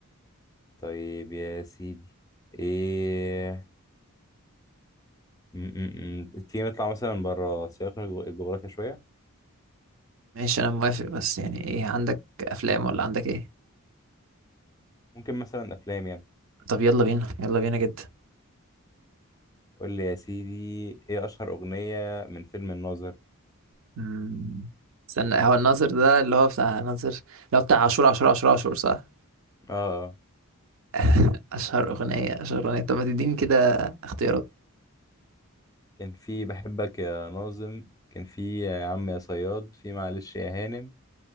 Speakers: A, on the left (about 15°); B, on the right (about 60°).
A: طيب يا سيدي ايه م- م- م. تيجي نطلع مثلا بره سياق الجغرافيا شويه
B: ماشي انا موافق بس يعني ايه عندك افلام ولا عندك ايه
A: ممكن مثلا افلام يعني
B: طب يلا بينا يلا بينا جدا
A: قول لي يا سيدي ايه اشهر اغنية من فيلم الناظر
B: مم. استنى هو الناظر ده اللي هو بتاع ناظر اللي هو بتاع عاشور عاشور عاشور عاشور صح
A: اه اه
B: <laughs> اشهر اغنية اشهر اغنية طب ما تديني كده اختيارات
A: كان في بحبك يا ناظم كان في يا عم يا صياد في معلش يا هانم